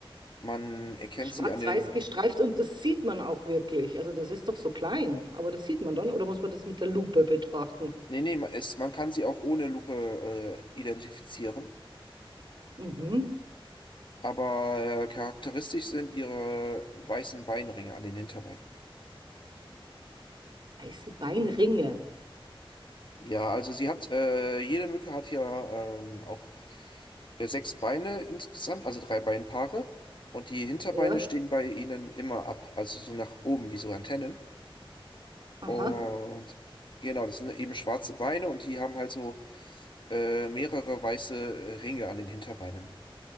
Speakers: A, on the left (about 55°); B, on the right (about 55°).
A: Man erkennt
B: Schwarz-weiß
A: sie an den...
B: gestreift und das sieht man auch wirklich. Also das ist doch so klein, aber das sieht man dann. Oder muss man das mit der Lupe betrachten?
A: Nee, nee, ma- es, man kann sie auch ohne Lupe äh, identifizieren.
B: Mhm.
A: aber äh, charakteristisch sind ihre weißen Beinringe an den Hinterbeinen.
B: Weiße Beinringe.
A: Ja, also sie hat, äh, jede Mücke hat ja ähm, auch äh, sechs Beine insgesamt, also drei Beinpaare. Und die Hinterbeine
B: Ja.
A: stehen bei ihnen immer ab, also so nach oben, wie so Antennen.
B: Aha.
A: Und genau, das sind eben schwarze Beine und die haben halt so äh, mehrere weiße Ringe an den Hinterbeinen.